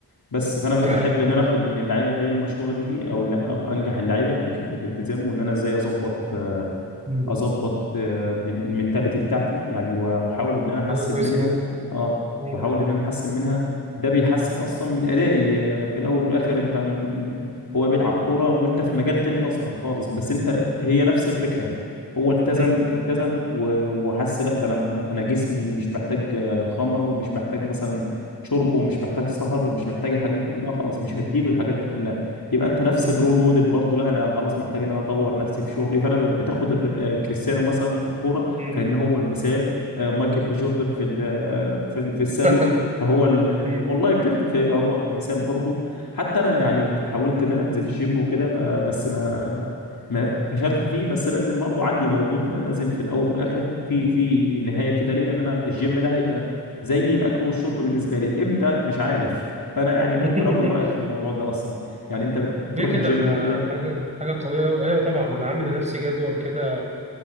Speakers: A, on the left (about 60°); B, on the right (about 20°).
A: بس فانا بقى
B: دي حقيقه
A: بحب ان انا اخد من اللعيبه اللي هي المشهوره دي دي او لا او انجح اللعيبه فكره الالتزام وان انا ازاي اظبط آه،
B: مم.
A: اظبط آه، من المينتاليتي بتاعتي يعني و- واحاول ان انا احسن
B: حاجه كويسه
A: منها
B: جدا
A: اه
B: مم.
A: واحاول ان انا احسن منها ده بيحسن اصلا من ادائي آه، في الاول والاخر انت م- م- هو بيلعب كوره وانت في مجال تاني اصلا خالص بس انت هي نفس الفكره هو التزم
B: مم.
A: التزم و- وحس لا ده انا ما- انا جسمي مش محتاج آه، خمره ومش محتاج مثلا شرب ومش محتاج سهر ومش محتاج الحاجات دي كلها خلاص مش هديله الحاجات دي كلها يبقى انت نفس
B: مم.
A: الرول موديل برضه لا انا خلاص محتاج ان انا اطور نفسي في شغلي فانا ب- بتاخد الر- آه، كريستيانو مثلا في الكوره
B: مم.
A: كان هو المثال آه، مايكل بي جوردن في ال- آه، في ال- في السله
B: <laughs>
A: فهو ال-
B: مم.
A: والله بجد فيبقى هو مثال برضه
B: مم.
A: حتى انا يعني حاولت ان انا انزل الجيم وكده ب- بس ما ما فشلت فيه بس لازم برضه عندي موجود ان انا لازم في الاول والاخر في في نهايه كده ليا ان انا الجيم
B: مم.
A: ده هيبقى زي الاكل والشرب بالنسبه لي امتى مش عارف فانا يعني ممكن
B: <laughs>
A: اخد رايك في الموضوع ده اصلا يعني انت بت- بتروح
B: ليه كده
A: الجيم
B: ده
A: وكده
B: حاجه حاجه قويه قوي ايوه طبعا انا عامل لنفسي جدول كده